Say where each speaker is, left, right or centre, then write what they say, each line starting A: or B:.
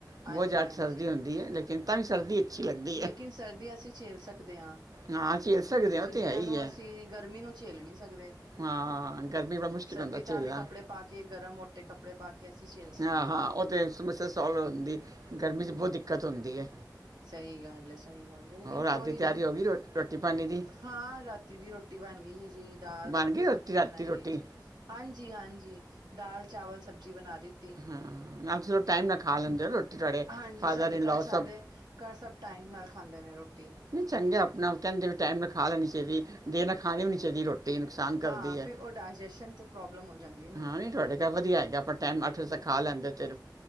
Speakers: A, on the right (about 70°); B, on the right (about 55°).
A: ਹਾਂਜੀ-ਹਾਂਜੀ
B: ਬਹੁਤ ਜ਼ਿਆਦਾ ਸਰਦੀ ਹੁੰਦੀ ਹੈ ਲੇਕਿਨ ਤਾਂ ਵੀ ਸਰਦੀ <unintelligible>
A: ਲੇਕਿਨ
B: ਹੈ
A: ਸਰਦੀ ਅਸੀਂ ਛੇਲ ਸਕਦੇ ਆ
B: ਹਾਂ ਝੇਲ ਸਕਦੇ ਹਾਂ
A: ਦੂਜਿਆਂ
B: ਉਹ ਤਾਂ ਹੈ ਹੀ
A: ਨੂੰ
B: ਹੈ
A: ਅਸੀਂ ਗਰਮੀ ਨੂੰ ਝੇਲ ਨੀ ਸਕਦੇ,
B: ਹਾਂ ਗਰਮੀ ਬੜਾ ਮੁਸ਼ਕਿਲ
A: ਸਰਦੀ
B: ਹੁੰਦਾ ਝੇਲਣਾ
A: ਤਾਂ ਵੀ ਕੱਪੜੇ ਪਾ ਕੇ ਗਰਮ, ਮੋਟੇ ਕੱਪੜੇ ਪਾ ਕੇ ਅਸੀਂ ਝੇਲ ਸਕਦੇ
B: ਹਾਂ-ਹਾਂ,
A: ਹਾਂ
B: ਉਹ ਤਾਂ ਸਮੱਸਿਆ ਸੋਲਵ ਹੁੰਦੀ ਗਰਮੀ ਬੋਹਤ ਦਿੱਕਤ ਹੁੰਦੀ ਏ।
A: ਸਈ ਗੱਲ ਏ, ਸਹੀ ਗੱਲ ਏ ਲੇਕਿਨ
B: ਰਾਤ
A: ਕੋਈ
B: ਦੀ ਤਿਆਰੀ
A: ਨੀ
B: ਹੋ ਗਈ ਰੋ- ਰੋਟੀ ਪਾਣੀ ਦੀ
A: ਹਾਂ, ਰਾਤੀ ਦੀ ਰੋਟੀ ਬਣ ਗਈ ਏ ਜੀ ਦਾਲ,
B: ਬਣ
A: ਰੋਟੀ,
B: ਗਈ
A: ਸਬਜ਼ੀ
B: ਰਾਤੀ
A: ਬਣਾਈ
B: ਰੋਟੀ
A: ਏ ਜੀ। ਹਾਂਜੀ-ਹਾਂਜੀ, ਦਾਲ, ਚਾਵਲ, ਸਬਜ਼ੀ ਬਣਾ ਦਿੱਤੀ।
B: ਹਾਂ, ਨਾਲ ਚਲ ਟਾਈਮ ਨਾਲ ਖਾ ਲੈਂਦੇ ਹੋ ਰੋਟੀ ਤੁਹਾਡੇ
A: ਹਾਂਜੀ
B: ਫਾਦਰ
A: ਸਾਡੇ
B: ਇਨਲੋ
A: ਘਰ ਸਾਡੇ
B: ਸਭ
A: ਘਰ ਸਭ ਟਾਈਮ ਨਾਲ ਖਾਂਦੇ ਨੇ ਰੋਟੀ।
B: ਨੀਂ ਚੰਗਾ ਆਪਣਾ ਕਹਿੰਦੇ ਟਾਈਮ ਨਾਲ ਖਾ ਲੈਣੀ ਚਾਹੀਦੀ ਦੇ ਨਾਲ ਖਾਣੀ ਵੀ ਨਹੀਂ ਚਾਹੀਦੀ ਰੋਟੀ ਨੁਕਸਾਨ ਕਰਦੀ
A: ਹਾਂ,
B: ਹੈ
A: ਫਿਰ ਉਹ ਡਾਇਜੈਸ਼ਨ ਤੇ ਪ੍ਰੋਬਲਮ ਹੋ ਜਾਂਦੀ ਨਾ।
B: ਹਾਂ ਨਹੀਂ ਤੁਹਾਡੇ ਘਰ ਵਧੀਆ ਹੈਗਾ ਆਪ ਟੈਮ ਅੱਠ ਵਜੇ ਤਕ ਖਾ ਲੈਂਦੇ ਤੇ